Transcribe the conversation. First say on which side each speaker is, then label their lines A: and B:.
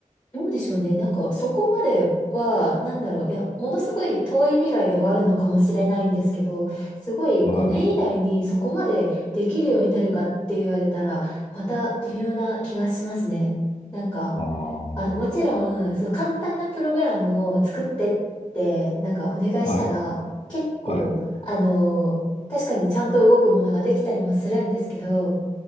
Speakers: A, on the left; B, on the left.
A: どうでしょうね。なんか、そこまでは、なんだろう。いや、ものすごい遠い未来ではあるのかもしれないんですけど、すごい5年以内にそこまでできるようになるかって言われたら、
B: はい。
A: また微妙な気がしますね。なんか、
B: あ
A: あの、
B: あ、
A: もちろん、その簡単なプログラムを作ってって、なんかお願いしたら、
B: はい、
A: 結構、
B: はい、
A: あの、確かにちゃんと動くものができたりもするんですけど、